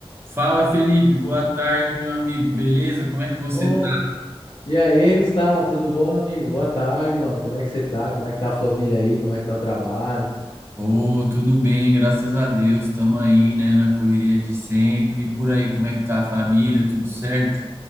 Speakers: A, on the right; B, on the left.
A: Fala, Felipe. Boa tarde, meu amigo. Beleza? Como é que você
B: Ô,
A: tá?
B: e aí, Gustavo, tudo bom, meu amigo? Boa tarde, mano. Como é que você tá? Como é que tá a família aí? Como é que tá o trabalho?
A: Ô, tudo bem, graças a Deus. Estamos aí, né, na correria de sempre. E por aí, como é que tá a família? Tudo certo?